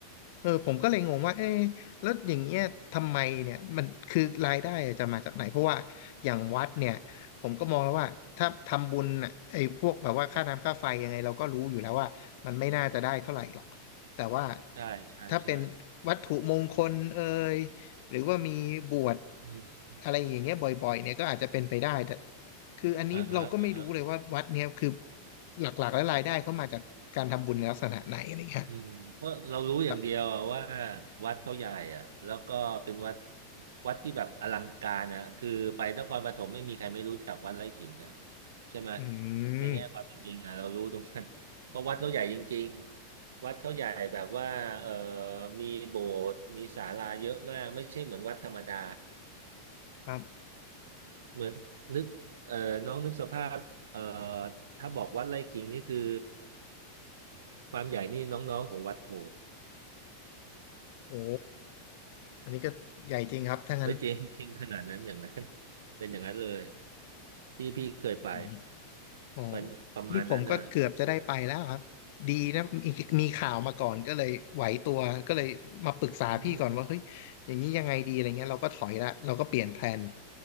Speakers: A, on the left; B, on the right.
A: เออผมก็เลยงงว่าเอ๊ะแล้วอย่างเงี้ยทำไมเนี่ยมันคือรายได้อะจะมาจากไหนเพราะว่าอย่างวัดเนี่ยผมก็มองแล้วว่าถ้าทำบุญน่ะไอ้พวกแบบว่าค่าน้ำค่าไฟยังไงเราก็รู้อยู่แล้วว่ามันไม่น่าจะได้เท่าไหร่หรอกแต่ว่า
B: ใช่ใช่ใช่
A: ถ้าเป็นวัตถุมงคลเอ่ยหรือว่ามีบวช
B: อืม
A: อะไรอย่างเงี้ยบ่อยๆเนี่ยก็อาจจะเป็นไปได้แต่คืออันนี้เราก็ไม่รู้เลยว่าวัดเนี่ยคือ
B: อ่าฮะอ่าฮะ
A: หลักๆแล้วรายได้เข้ามาจากการทำบุญในลักษณะไหนอะไรเงี้ย
B: อืมเพราะเรารู้อย่างเดียวอะว่า
A: ครับ
B: วัดเขาใหญ่อ่ะแล้วก็เป็นวัดวัดที่แบบอลังการนะคือไปนครปฐมไม่มีใครไม่รู้จักวัดไร่ขิงนะใช่ไหม
A: อื
B: ในแง่ความเป็นจริงอ่ะเรารู้ตรงนั้นเพราะวัดเขาใหญ่จริงๆวัดเขาใหญ่แบบว่าเออ
A: ม
B: มีโบสถ์มีศาลาเยอะมากไม่ใช่เหมือนวัดธรรมดา
A: ครับ
B: เหมือนนึกเออน้องนึกสภาพเออถ้าบอกวัดไร่ขิงนี่คือความใหญ่นี่น้องๆของวัดโพ
A: โอ้อันนี้ก็ใหญ่จริงครับถ้างั้น
B: เฮ้ยจริงจริงขนาดนั้นอย่างนั้น <laughs> เป็นอย่างนั้นเลยที่พี่เคยไป
A: อืมอ๋อ
B: เป็นประมาณนั้นน่ะ
A: นี่ผมก็เกือบจะได้ไปแล้วครับดีนะมีมีข่าวมาก่อนก็เลยไหวตัวก็เลยมาปรึกษาพี่ก่อนว่าเฮ้ยอย่างนี้ยังไงดีอะไรเงี้ยเราก็ถอยละเราก็เปลี่ยนแพลน
B: อืม